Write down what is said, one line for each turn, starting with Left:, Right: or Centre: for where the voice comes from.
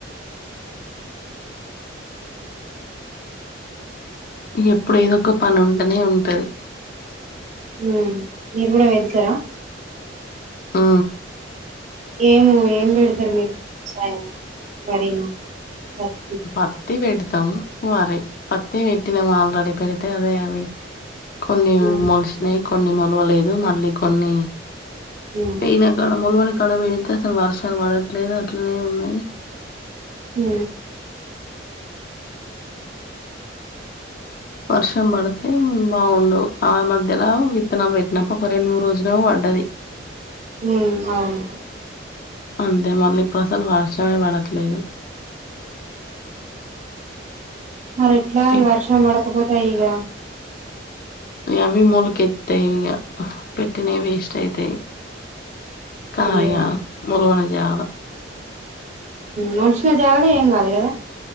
Right: ఆ.
Left: ఎప్పుడు ఏదో ఒక పని ఉంటేనే ఉంటది.
Right: ఉ మీరు కూడా వెళ్తార.
Left: ఆ.
Right: ఏమో ఏం పెడతారు మీరు సాయం మరిను పత్.
Left: పత్తి పెడతాం వరి పత్తి పెట్టినాము ఆల్రెడీ పెడితే అదే అవి. కొన్ని
Right: ఉమ్
Left: మొలసినాయి కొన్ని మలువలేదు మళ్ళీ కొన్ని.
Right: మ.
Left: ఈయన కాడ ములువని కడ పెడితే అసలు వర్షాలు పడట్లేదు అట్లనే ఉన్నది.
Right: హ.
Left: వర్షం పడితే బాగుడు ఆ మధ్యలో విత్తనాలు పెట్టినప్పు ఒక రెండు మూడు రోజులేమో పడ్డది.
Right: ఉ అవును
Left: అంతే మళ్ళీ ఇప్పుడు అసలు వర్షమే పడట్లేదు.
Right: మరి ఎట్లా అది
Left: ఇగ
Right: వర్షం పడకపోతే అయ్యి ఇగ.
Left: అవి మొలకెత్తివిఇగ పెట్టినయి వేస్ట్ అయితాయి కాయ
Right: అయ్యో
Left: మూలవని జాడ.
Right: మనుషుల జాగలో ఏం కాదు కదా.